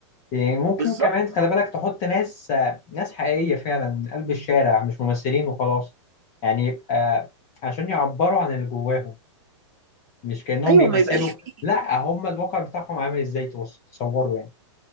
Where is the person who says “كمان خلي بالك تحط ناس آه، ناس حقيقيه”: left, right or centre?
Left